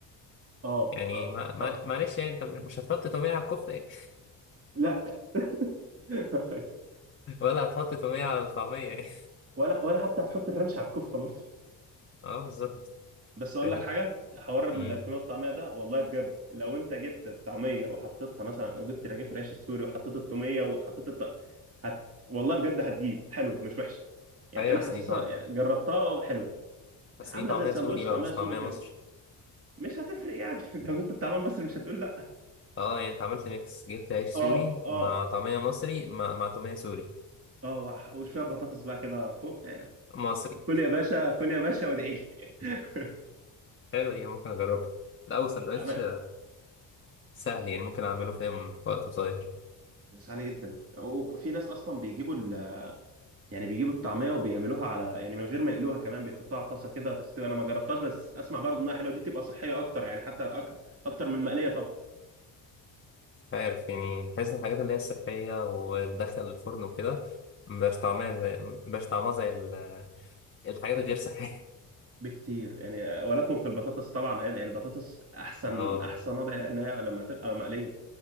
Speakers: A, on the right; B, on the left.
A: اه
B: يعني
A: اه
B: ما ما
A: صح
B: معلش يعني انت مش هتحط تومية على الكفتة يعني
A: لا <laughs>
B: <laughs> ولا هتحط تومية على الطعمية يعني
A: ولا ولا حتى هتحط الرانش على الكفته برضه
B: <laughs> اه بالظبط
A: بس اقول
B: فاهم
A: لك حاجه حوار
B: امم
A: التوميه والطعميه ده والله بجد لو انت جبت الطعميه وحطيتها مثلا او جبت رغيف العيش السوري وحطيت التوميه وحطيت الط... هت... والله بجد هتجيب حلو مش وحش يعني
B: ايوه
A: انا
B: بس
A: حاسسها
B: دي طع-
A: يعني جربتها وحلو
B: بس
A: يعني عامله
B: دي طعمية
A: زي سندوتش
B: سوري بقى
A: طعميه
B: مش
A: سوري
B: طعمية
A: كده
B: مصري
A: مش هتفرق يعني <laughs> لو جبت الطعميه المصري مش هتقول لا
B: اه يعني انت عملت ميكس جبت عيش سوري
A: اه اه
B: مع طعمية مصري مع مع تومية سوري
A: اه وح- وشويه بطاطس بقى كده فوق
B: مصري
A: كل يا باشا كل يا باشا وادعي لي <laughs>
B: حلوة دي ممكن أجربها لا وسندوتش
A: عم-
B: سهل يعني ممكن أعمله فاهم في وقت قصير
A: بس عالي جدا وفي ناس اصلا بيجيبوا ال... يعني بيجيبوا الطعميه وبيعملوها على يعني من غير ما يقلوها كمان بيحطوها على الطاسه كده تستوي انا ما جربتهاش بس اسمع برضو انها حلوه دي تبقى صحيه اكتر يعني حتى أك... اكتر من المقليه طبعا
B: مش عارف يعني بحس الحاجات اللي هي الصحية وتدخل الفرن وكده مبقاش طعمها زي مبقاش طعمها زي ال- الحاجات الغير صحية
A: بكتير يعني ولكم في البطاطس طبعا هيبقى البطاطس احسن
B: <laughs> اه
A: احسن وضع لانها لما تبقى مقليه